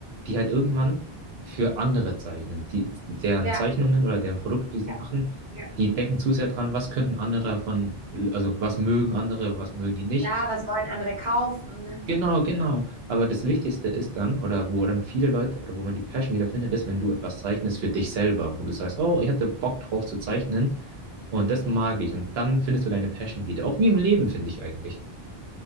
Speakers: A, on the right; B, on the right.
A: die halt irgendwann für andere zeichnen. Die, deren
B: ja,
A: Zeichnungen oder deren Produkte, die sie
B: ja,
A: machen,
B: ja.
A: die denken zu sehr dran, was könnten andere davon, also was mögen andere, was mögen die nicht.
B: Ja, was wollen andere kaufen?
A: Genau, genau. Aber das Wichtigste ist dann, oder wo dann viele Leute, oder wo man die Passion wiederfindet, ist, wenn du etwas zeichnest für dich selber, wo du sagst, oh, ich hatte Bock drauf zu zeichnen und das mag ich. Und dann findest du deine Passion wieder. Auch wie im Leben, finde ich eigentlich.